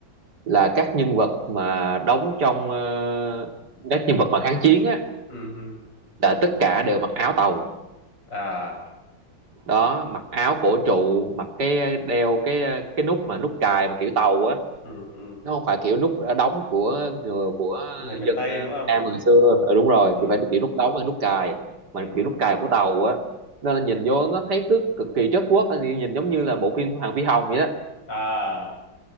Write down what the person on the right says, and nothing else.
là các nhân vật mà đóng trong ờ, các nhân vật mà kháng chiến á
là tất cả đều mặc áo tàu
đó mặc áo cổ trụ mặc cái đeo cái ờ, cái nút mà nút cài mà kiểu tàu á
nó không phải kiểu nút đóng của người của
dân
ờ,
Việt
Nam hồi xưa ừ, đúng rồi
thì phải kiểu nút đóng hay nút cài
mà kiểu
nút cài của tàu á nên là nhìn vô nó thấy cứ cực kỳ chất quốc nhìn giống như là bộ phim Hoàng Phi Hồng vậy đó